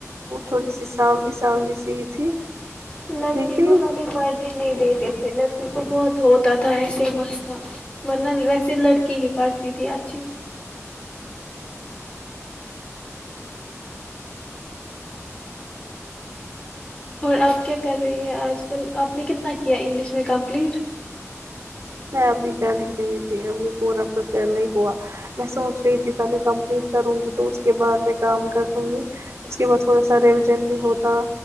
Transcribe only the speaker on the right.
وہ تھوڑی سی سانلی سانلی سیی تھی
لیکن
میں ابھی پیرک نہیں تھی ابھی پورا پرپر نہیں ہوا میں سوچ رہی تھی پہے کم کروں گی تو اس کے بعد میں کام کر دوں گی اس کے بعد تھوڑا سا ریویژن بھی ہوتا